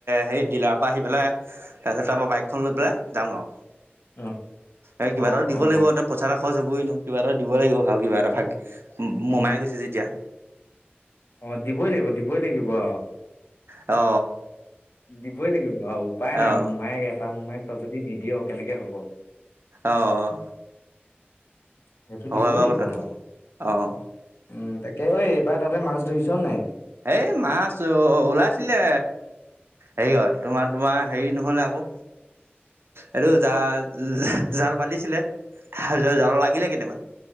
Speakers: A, on the right; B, on the left.
A: হেৰি ডিলাৰৰ পৰা আহি পেলাই তাৰপিছত তাৰপৰা বাইকখন লৈ পেলাই যাম আৰু।
B: অ।
A: এ কিব
B: অ
A: এটা দিব
B: অ
A: লাগিব পইচা এটা খৰ হ'বই নো কিবা এটাও দিব লাগিব ভাল কিবা এটা ভাগ মোমাই গৈছে যেতিয়া।
B: অ দিবই লাগিব দিবই লাগিব অ।
A: অ।
B: দিবই লাগিব আৰু উপায় নাই
A: অ',
B: মোমায়েক এটা মোমায়ক তই যদি নিদিয় কেনেকে হ'ব।
A: অ অ।
B: সেইটো দিবই
A: হয় বাৰু
B: লাগিব
A: কথাটো
B: আৰু।
A: অ'।
B: উম তাকে ঐ এইবাৰ তহাতে মাছ ধৰিছ নাই?
A: এই মাছ অ ওলাইছিলে হেৰি হয় তোমাৰ তোমাৰ হেৰি নহ'লে আকৌ এইটো জা-জাল পাতিছিলে তাৰপিছত জাল লাগিলে কেইটামান।